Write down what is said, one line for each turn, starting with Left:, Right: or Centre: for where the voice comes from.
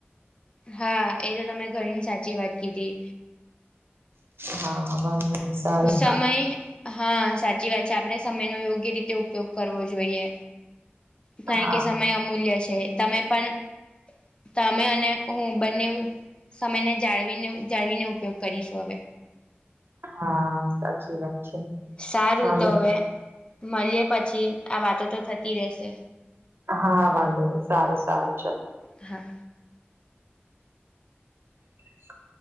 Left: હા એ તો તમે ઘણી સાચી વાત કીધી.
Right: હા હા વાંધો નહી. સારું
Left: સમય
Right: સારું છે
Left: હા સાચી વાત છે આપણેે સમયનો યોગ્ય રીતે ઉપયોગ કરવો જોઈએ. કારણ
Right: હા
Left: કે સમય અમૂલ્ય છે તમે પણ તમે અને હું બંને સમયને જાળવીને જાળવીને ઉપયોગ કરીશું હવે.
Right: હા, સાચી વાત. છે.
Left: સારું
Right: વાંધો
Left: તો હવે, મલિએ પછી આ વાતો તો થતી રેહશે.
Right: હા વાંધો નહી, સારું સારું ચાલ.
Left: હા.
Right: --